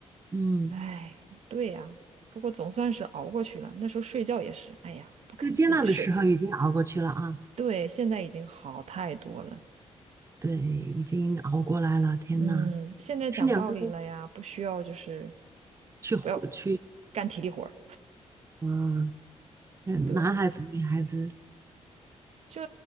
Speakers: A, on the right; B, on the right.
A: 嗯，
B: 哎，对呀，不过总算是熬过去了。那时候睡觉也是，哎呀，不肯自己睡。
A: 最艰难的时候已经熬过去了啊，
B: 对，现在已经好太多了。
A: 对，已经熬过来了。天呐，
B: 嗯，现在讲道理了呀，
A: 是两个
B: 不需要就是
A: 去活去，
B: 不要干体力活儿。
A: 嗯，呃男孩子女孩子，
B: 对，就